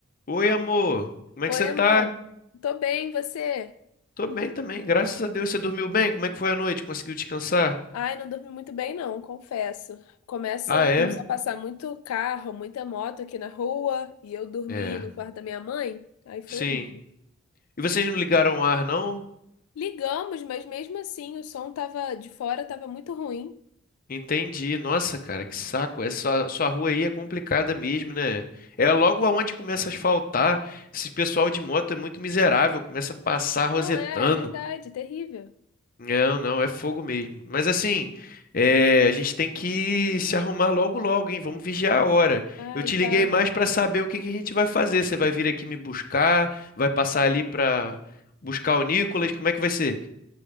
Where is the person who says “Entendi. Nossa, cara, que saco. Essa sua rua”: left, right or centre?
Left